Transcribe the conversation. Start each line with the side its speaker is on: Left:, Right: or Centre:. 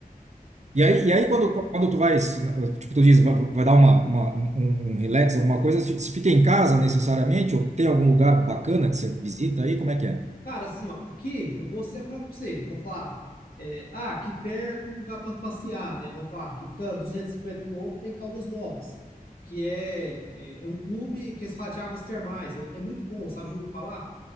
Right: E aí,
Left: E,
Right: e aí quando, quando tu vai, tipo, tu diz, vai, vai dar uma, uma, um, um um relax, alguma coisa, tipo, se fica em casa necessariamente, ou tem algum lugar bacana que você visita aí, como é que é?
Left: Cara, assim, ó, aqui eu vou ser franco pra você. Vamos falar. é, ah, aqui perto, lugar pra passear, né? Vamos falar, que fica 250 quilômetros, tem Caldas Novas, que é, é, é um clube que se fala de águas termais. É, é muito bom, sabe? Já ouviu falar?